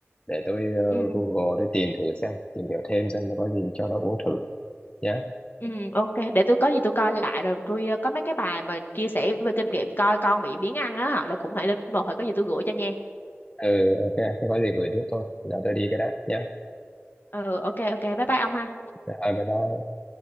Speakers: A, on the left; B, on the left.
A: để tôi ờ,
B: ừ
A: Google để tìm thử xem tìm hiểu thêm xem nó có gì cho nó uống thử nhé
B: ừ ok để tôi có gì tôi coi lại rồi tôi ờ, có mấy cái bài mà chia sẻ về kinh nghiệm coi con bị biến ăn á họ là cũng hãy lên một hồi có gì tôi gửi cho nha
A: ừ ok không có gì gửi giúp tôi giờ tôi đi cái đã nhé
B: ừ ok ok bye bye ông ha
A: à, bye bye